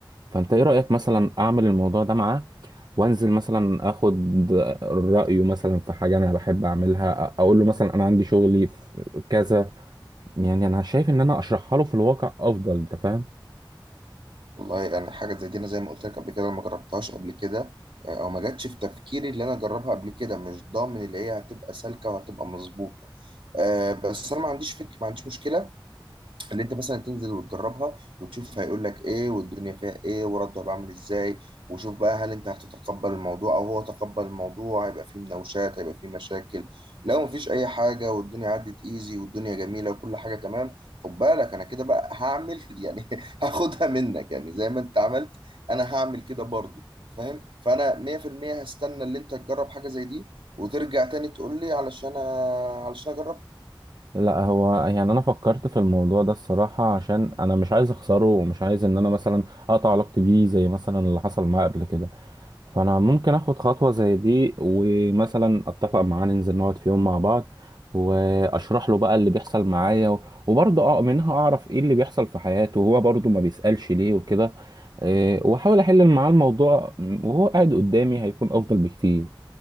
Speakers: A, on the right; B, on the right.
A: فانت ايه رأيك مثلا اعمل الموضوع ده معاه وانزل مثلا اخد رأيه مثلا في حاجة انا بحب اعملها أ- اقول له مثلا انا عندي شغلي في كذا يعني انا شايف ان انا اشرحها له في الواقع افضل انت فاهم
B: والله يعني حاجة زي دي أنا زي ما قلت لك قبل كده أنا ما جربتهاش قبل كده آه، أو ما جاتش في تفكيري اللي أنا أجربها قبل كده مش ضامن اللي هي هتبقى سالكة وهتبقى مظبوطة آه، بس أنا ما عنديش فكرة ما عنديش مشكلة اللي انت مثلا تنزل وتجربها وتشوف هيقول لك ايه والدنيا فيها ايه ورده بعمل ازاي وشوف بقى هل انت هتتقبل الموضوع او هو تقبل الموضوع هيبقى فيه مناوشات هيبقى فيه مشاكل لو مفيش اي حاجه والدنيا عدت ايزي والدنيا جميله وكل حاجه تمام خد بالك انا كده بقى هعمل <laughs> يعني هاخدها منك يعني زي ما انت عملت انا هعمل كده برضو فاهم فانا 100% هستنى اللي انت تجرب حاجه زي دي وترجع تاني تقول لي علشان علشان اجرب
A: لا هو يعني انا فكرت في الموضوع ده الصراحة عشان انا مش عايز اخسره ومش عايز ان انا مثلا اقطع علاقتي بيه زي مثلا اللي حصل معاه قبل كده فانا ممكن اخد خطوة زي دي ومثلا اتفق معاه ننزل نقعد في يوم مع بعض واشرح له بقى اللي بيحصل معايا و- وبرضه اه منها اعرف ايه اللي بيحصل في حياته وهو برضه ما بيسألش ليه وكده إيه، واحاول احل معاه الموضوع وهو قاعد قدامي هيكون افضل بكتير